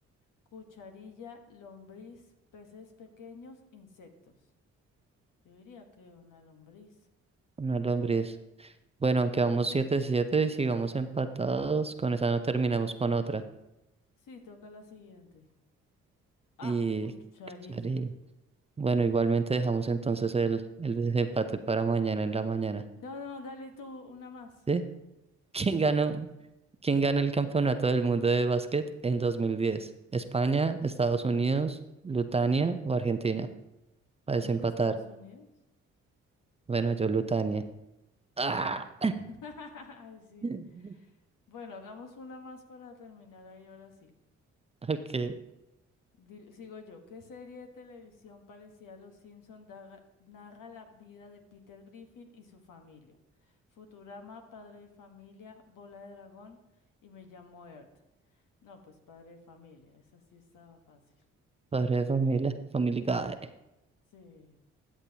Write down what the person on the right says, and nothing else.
Una lombriz. Bueno, aunque vamos siete siete y sigamos empatados, con esa no terminamos con otra.
Y,
chari. Bueno, igualmente dejamos entonces el, el desempate para mañana en la mañana.
¿Sí? <laughs>
¿Quién
ganó? ¿Quién gana el campeonato del mundo de básquet en 2010? ¿España, Estados Unidos, Lutania o Argentina? Para
desempatar.
Bueno, yo Lutania. ¡Ah!
<laughs>
Ok,
padre de familia, Family Guy.